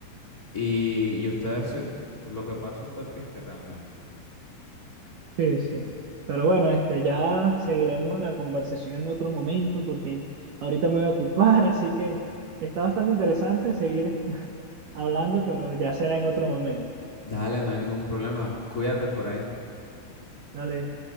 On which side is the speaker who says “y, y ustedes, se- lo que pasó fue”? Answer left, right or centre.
Left